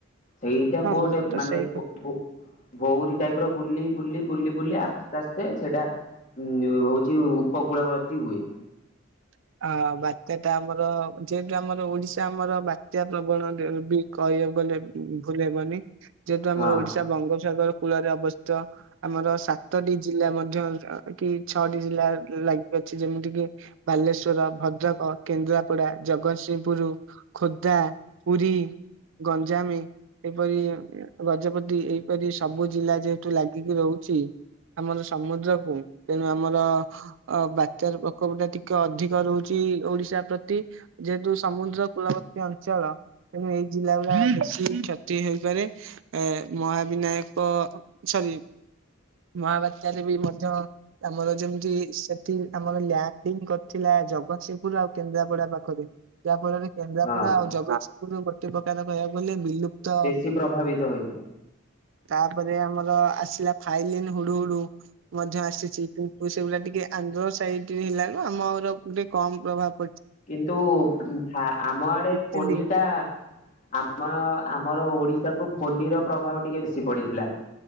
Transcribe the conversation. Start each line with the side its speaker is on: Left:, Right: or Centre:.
Left: ସେଇଟାକୁ
Right: ହଁ ମୁଁ
Left: ଗୋଟେ
Right: ତ
Left: ମାନେ
Right: ସେଇ
Left: ଭ ଭ ଭ ଭଉଁରୀ ଟାଇପର ବୁଲି ବୁଲି ବୁଲି ବୁଲି ଆସ୍ତେ ଆସ୍ତେ ସେଇଟା ଉଁ-ଉଁ ହଉଛି ଉପକୂଳବ୍ରତ୍ତି ହୁଏ।
Right: <unintelligible> ଆ ବାତ୍ୟାଟା ଆମର ଯେହେତୁ ଆମର ଓଡିଶା ଆମର ବାତ୍ୟାପ୍ରବଣ <inaudible> ବି କହେ କହିବାକୁ ଗଲେ ଭୁଲ ହେବନି ଯେହେତୁ ଆମର
Left: ହଁ
Right: ଓଡିଶା ବଙ୍ଗୋପସାଗର କୂଳରେ ଅବସ୍ଥିତ ଆମର ସାତଟି ଜିଲ୍ଲା ମଧ୍ୟ କି ଛଅଟି ଜିଲ୍ଲା ଲାଗିବ ଅଛି ଯେମିତିକିି ବାଲେଶ୍ ର ଭଦ୍ରକ, କେନ୍ଦ୍ରାପଡା, ଜଗତସିଂହପୁର, ଖୋର୍ଦ୍ଧା, ପୁରୀ। ଗଞ୍ଜାମେ ଏପରି ଗଜପତି ଏଇପରି ସବୁ ଜିଲ୍ଲା ଯେହେତୁ ଲାଗିକି ରହୁଛି। ଆମର ସମୁଦ୍ରକୁ ତେଣୁ ଆମର ଅ ବାତ୍ୟାର ପ୍ରକୋପଟା ଟିକେ ଅଧିକ୍ ରହୁଛି ଓଡିଶା ପ୍ରତି ଯେହେତୁ ସମୁଦ୍ର କୁଳବର୍ତ୍ତୀ ଅଞ୍ଚଳ। ତେଣୁ ଏଇ ଜିଲ୍ଲାଗୁଡା ବେଶୀ କ୍ଷତି ହେଇପାରେ ଏ ମହାବିନାୟକ ଛ <inaudible> ମହାବାତ୍ୟାରେ ବି ମଧ୍ୟ ଆମର ଯେମିତି ସେଠି ଆମର ଲ୍ୟାଣ୍ଡିଙ୍ଗ୍ କରି ଥିଲା ଜଗତସିଂହପୁର ଆଉ କେନ୍ଦ୍ରାପଡା ପାଖରେ ଯାହା ଫଳରେ କେନ୍ଦ୍ରାପଡା
Left: ହଁ
Right: ଆଉ ଜଗତସିଂହପୁର ଗୋଟେ ପ୍ରକାର <inaudible> କହିବାକୁ ଗଲେ ବିିଲୁପ୍ତ
Left: ବେଶୀ ପ୍ରଭାବିତ ହୋଇଥିଲା।
Right: ତାପରେ ଆମର ଆସିଲା ଫାଇଲିନ୍, ହୁଡୁହୁଡୁ ମଧ୍ୟ ଆସିଛି କିନ୍ତୁ ସେଗୁଡା ଟିକେ ଆନ୍ଧ୍ର ସାଇଟ୍ ହେଲା <inaudible> ଆମରକୁ ଟିକେ କମ୍ ପ୍ରଭାବ୍।
Left: କିନ୍ତୁ ଆ ଆମ ଆଡେ
Right: ତିତିଲି
Left: ଫୋନିଟା ଆମ ଆମର ଓଡିଶାକୁ ଫୋନିର ପ୍ରଭାବ ଟିକେ ବେଶୀ ପଡିଥିଲା।